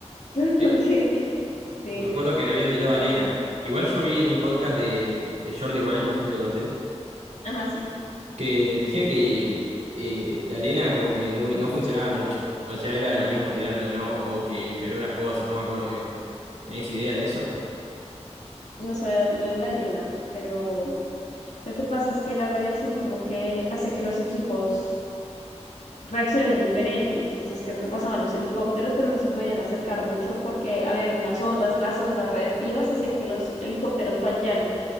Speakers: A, on the left (about 80°); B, on the right (about 75°).
A: <laughs>
B: Eh,
A: que sí,
B: me acuerdo que le habían tirado arena. Igual yo vi en un podcast de, de Jordi Wild, no sé si lo conoces,
A: ajá, sí,
B: que decían que eh, la arena como que no, no funcionaba mucho. O sea, era lo mismo tirarle o no, o que empeoró las cosas, no me acuerdo bien. ¿Tenés idea de eso?
A: no sabía lo de la arena, pero lo que pasa es que la radiación como que hace que los equipos reaccionen diferente. Entonces creo que pasaban los helicópteros, pero no se podían acercar mucho porque habían unas ondas, las ondas radioactivas hacían que los helicópteros fallaran.